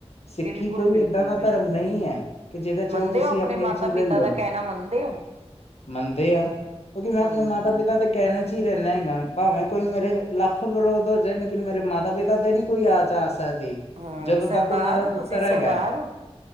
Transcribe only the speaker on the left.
ਸਿੱਖੀ
ਕੋਈ
ਏਦਾਂ ਦਾ
ਧਰਮ ਨਹੀਂ ਹੈ ਕਿ ਜਿਹਦੇ ਚ
ਉਹ ਤੁਸੀਂ
ਆਪਣੇ
ਚ ਹੀ ਲੈ
ਲਓ
ਮੰਨਦੇ ਆ ਕਿਉਂਕਿ ਮੈਂ
ਆਪਣੇ ਮਾਤਾ ਪਿਤਾ ਦੇ ਕਹਿਣ ਚ ਹੀ ਰਹਿੰਦਾ ਹੈਗਾ ਭਾਵੇਂ ਕੋਈ ਮੇਰੇ ਲੱਖ ਵਿਰੋਧ ਹੋ ਜਾਏ ਲੇਕਿਨ ਮੇਰੇ ਮਾਤਾ ਪਿਤਾ ਤੇ ਨੀ ਕੋਈ ਆ ਤਾਂ ਆ ਸਕਦੀ
ਜਦੋਂ
ਤੱਕ ਉਹਨਾਂ ਦਾ
ਪੁੱਤਰ
ਹੈਗਾ